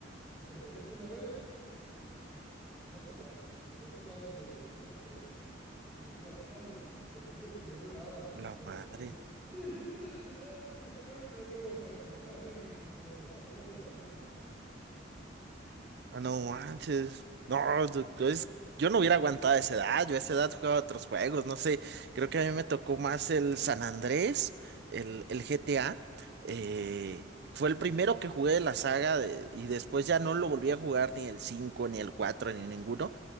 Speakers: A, in the centre; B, on the right.
A: te morías una vez, Chingaste madre, güey. Dos semanas de, de pura experiencia. Y yo lloraba, güey. Te juro que yo lloraba.
B: La
A: Pero
B: madre.
A: así de, "Eh, mamá, me mataron en el juego. O sea, pero llorando y inconsolable, ¿no? Mi mamá me consolaba, güey.
B: Ah, no manches. No, du- es- yo no hubiera aguantado a esa edad. Yo a esa edad jugaba otros juegos. No sé, creo que a mí me tocó más el San Andrés, el, el GTA. eh, fue el primero que jugué de la saga de- y después ya no lo volví a jugar ni el 5 ni el 4 ni ninguno.